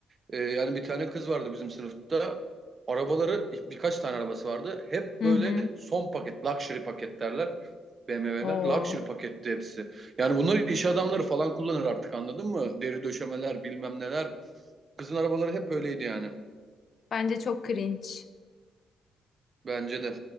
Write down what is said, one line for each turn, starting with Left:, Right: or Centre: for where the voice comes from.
Right: Ee, yani bir tane kız vardı bizim sınıfta. Arabaları birkaç tane arabası vardı. Hep
Left: Hı
Right: böyle
Left: hı.
Right: son paket, luxury paket derler. BMW'ler
Left: Oo,
Right: luxury paketti hepsi. Yani bunları iş adamları falan kullanır artık anladın mı? Deri döşemeler bilmem neler. Kızın arabaları hep öyleydi yani.
Left: bence çok cringe.
Right: Bence de.